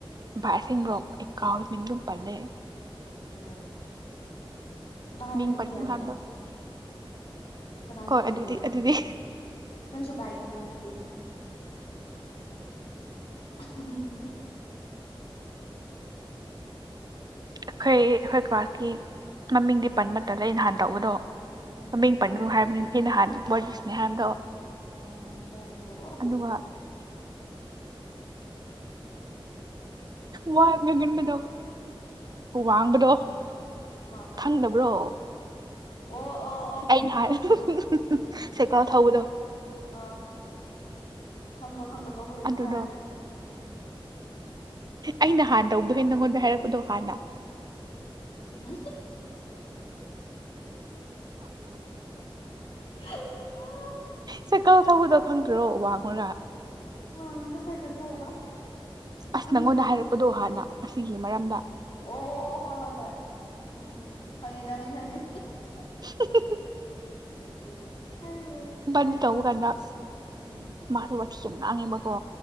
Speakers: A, on the right; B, on the left.
A: ꯚꯥꯏꯁꯤꯡꯕ꯭ꯔꯣꯞ ꯑꯩ ꯀꯥꯎꯏ ꯃꯤꯡꯗꯨ ꯄꯜꯂꯦ
B: ꯀꯩꯅꯣ ꯚꯥꯏ
A: ꯃꯤꯡ
B: ꯍꯥꯏꯕꯗꯤ
A: ꯄꯟꯒꯅꯨ
B: ꯌꯥꯏꯅ
A: ꯍꯥꯏꯕꯗꯣ
B: ꯀꯅꯥꯒꯤ
A: ꯍꯣꯏ
B: ꯃꯤꯡ
A: ꯑꯗꯨꯗꯤ
B: ꯄꯜꯂꯤꯒꯦ
A: ꯑꯗꯨꯗꯤ
B: ꯅꯪꯁꯨ ꯕꯥꯏꯗꯤ ꯃꯤꯡ ꯅꯠꯇꯦꯍꯦ ꯎꯝ
A: ꯑꯩꯈꯣꯏ ꯑꯩꯈꯣꯏ ꯀ꯭ꯂꯥꯁꯀꯤ ꯃꯃꯤꯡꯗꯤ ꯄꯟꯕꯇ ꯂꯩ ꯅꯍꯥꯟ ꯇꯧꯕꯗꯣ
B: ꯎꯝ
A: ꯃꯃꯤꯡ ꯄꯟꯒ꯭ꯔꯨ ꯍꯥꯏꯕꯅꯤꯅ ꯑꯩ ꯅꯍꯥꯟ ꯋꯥꯔꯤ
B: ꯍꯣꯏ
A: ꯁꯥꯟꯅꯩ ꯍꯥꯏꯕꯗꯣ
B: ꯑ ꯈꯔꯝꯕ ꯂꯣꯔꯕꯣ
A: ꯑꯗꯨꯒ ꯋꯥ ꯉꯒꯟꯕꯗꯣ
B: ꯋꯥ
A: ꯋꯥꯡꯕꯗꯣ
B: ꯉꯥꯡꯒꯟꯗ ꯋꯥꯡꯕꯗꯣ
A: ꯈꯪꯗꯕ꯭ꯔꯣ
B: ꯑꯣ ꯑꯣ ꯑꯣ
A: ꯑꯩꯅ ꯍꯥꯟꯅ
B: ꯎꯝ ꯎꯝ ꯎꯝ
A: ꯁꯩꯀꯥꯎꯜ
B: ꯎꯝ ꯈꯪꯉꯦ
A: ꯊꯧꯕꯗꯣ
B: ꯑꯥ ꯈꯪꯕ꯭ꯔꯥ ꯈꯪꯗꯕ꯭ꯔꯥ ꯍꯣꯏ ꯑꯗꯨꯝ
A: ꯑꯗꯨꯗꯣ
B: ꯍꯥꯏꯔꯒꯦ ꯎꯝ
A: ꯑꯩꯅ ꯍꯥꯟꯅ ꯇꯧꯕꯗꯣ ꯍꯦ ꯅꯪꯉꯣꯟꯗ ꯍꯥꯏꯔꯛꯄꯗꯣ ꯍꯥꯟꯅ
B: ꯎꯝ <inaudible>
A: ꯁꯦꯀꯜ ꯊꯧꯕꯗꯣ ꯈꯪꯗ꯭ꯔꯣ ꯋꯥꯡꯉꯨꯔꯥ
B: ꯍꯒ ꯁꯥꯏꯀꯜ ꯊꯧꯕ
A: ꯑꯁ
B: ꯈꯪꯗ꯭ꯔꯤꯗꯗ
A: ꯅꯪꯉꯣꯟꯗ ꯍꯥꯏꯔꯛꯄꯗꯣ
B: ꯚꯥꯢ
A: ꯍꯥꯟꯅ ꯑꯁꯤꯒꯤ ꯃꯔꯝꯗ
B: ꯑꯣ ꯍꯣꯏ ꯍꯣꯏ ꯍꯣꯏ ꯎꯝ ꯎꯝ ꯈꯪꯉꯦ ꯈꯪꯉꯦ ꯈꯪꯉꯦ <unintelligible>
A: <unintelligible>
B: <unintelligible> ꯀꯩ
A: ꯅꯪ
B: ꯍꯥꯏꯔꯅꯤ
A: ꯇꯧꯕ ꯀꯥꯟꯗ
B: ꯎꯝ ꯎꯝ
A: ꯃꯥ <unintelligible> ꯉꯦꯕꯀꯣ